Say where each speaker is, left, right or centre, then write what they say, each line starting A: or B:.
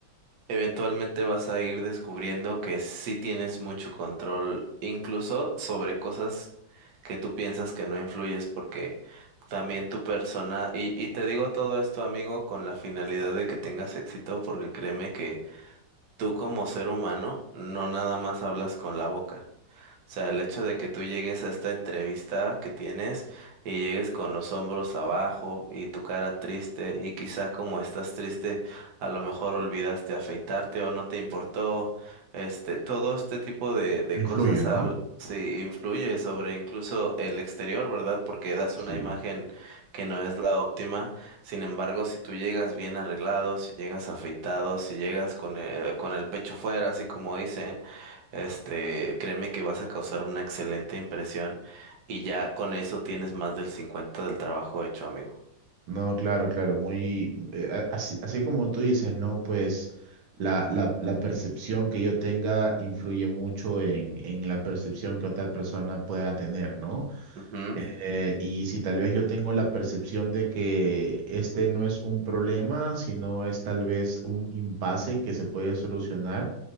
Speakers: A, on the right; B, on the right.
A: Eventualmente vas a ir descubriendo que sí tienes mucho control, incluso sobre cosas que tú piensas que no influyes, porque también tu persona, y, y te digo todo esto, amigo, con la finalidad de que tengas éxito, porque créeme que tú como ser humano no nada más hablas con la boca sea, el hecho de que tú llegues a esta entrevista que tienes y llegues con los hombros abajo y tu cara triste y quizá como estás triste, a lo mejor olvidaste afeitarte o no te importó, este, todo este tipo de, de
B: influye,
A: cosas
B: ¿no?
A: habl- sí, influye sobre incluso el exterior, ¿verdad? Porque das una
B: Sí.
A: imagen que no es la óptima. Sin embargo, si tú llegas bien arreglado, si llegas afeitado, si llegas con el, con el pecho fuera, así como dicen, este, créeme que vas a causar una excelente impresión y ya con eso tienes más del 50 del trabajo hecho, amigo.
B: No, claro, claro, muy, eh, a- así, así como tú dices, ¿no? Pues la, la, la percepción que yo tenga influye mucho en, en la percepción que otra persona pueda tener, ¿no?
A: Ujú,
B: Eh, y si tal vez yo tengo la percepción de que este no es un problema, sino es tal vez un impasse que se puede solucionar,